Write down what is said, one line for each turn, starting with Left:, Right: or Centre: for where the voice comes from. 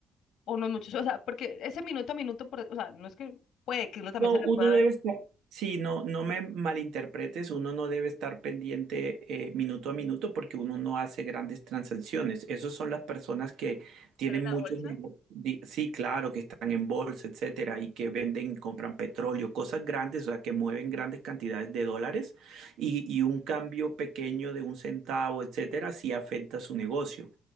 Left: o los muchachos, o sea, porque ese minuto a minuto, por- o sea, no es que puede que uno también
Right: No,
Left: se la
Right: uno
Left: pueda
Right: debe
Left: ver.
Right: estar, sí, no, no me malinterpretes, uno no debe estar pendiente eh, minuto a minuto porque uno no hace grandes transacciones. Esas son las personas que tienen
Left: Traen la
Right: muchos
Left: bolsa.
Right: negocios, sí, claro, que están en bolsa, etcétera, y que venden, y compran petróleo, cosas grandes, o sea, que mueven grandes cantidades de dólares y, y un cambio pequeño de un centavo, etcétera, sí afecta su negocio.